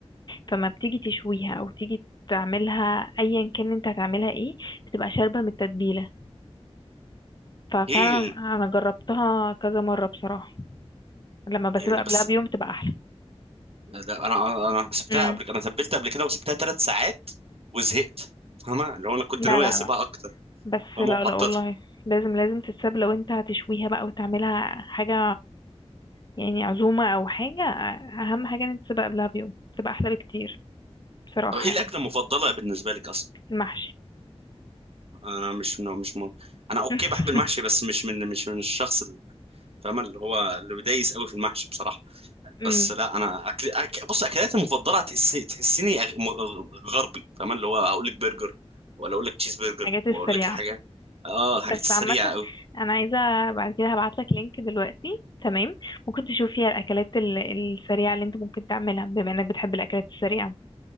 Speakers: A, on the left; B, on the right.
A: فما بتيجي تشويها او تيجي تعملها ايا كان انت هتعملها ايه بتبقى شاربة من التتبيلة ففعلا
B: ايه
A: انا جربتها كذا مرة بصراحة لما بسيبها
B: يعني ده بس
A: قبلها بيوم بتبقى احلى
B: ده ده انا انا أنا سبتها
A: مم.
B: قبل انا تبلت قبل كده وسبتها ثلاث ساعات وزهقت فاهمة لو انا كنت
A: لا
B: ناوي
A: لا
B: اسيبها اكتر
A: بس
B: فمو
A: لا
B: حطيتها
A: لا والله لازم لازم تتساب لو انت هتشويها بقى وتعملها حاجة يعني عزومة او حاجة اهم حاجة ان انت تسيبها قبلها بيوم تبقى احلى بكتير بصراحة
B: طب ايه الاكله
A: يعني
B: المفضله بالنسبه لك اصلا
A: المحشي
B: انا مش مش م... انا اوكي
A: <laughs>
B: بحب المحشي بس مش من مش من الشخص اللي فاهم اللي هو اللي بيدايس قوي في المحشي بصراحه
A: امم
B: بس لا انا اكل أك... بص اكلاتي المفضله هتحس... تحسيني أغ... م- أغ- غربي فاهم اللي هو اقول لك برجر ولا اقول لك تشيز برجر
A: الحاجات السريعة
B: واقول لك الحاجات اه الحاجات
A: بس
B: السريعه
A: عامة
B: قوي
A: انا عايزة بعد كده هبعتلك لينك دلوقتي تمام ممكن تشوف فيها الاكلات ال- السريعة اللي انت ممكن تعملها بما انك بتحب الاكلات السريعة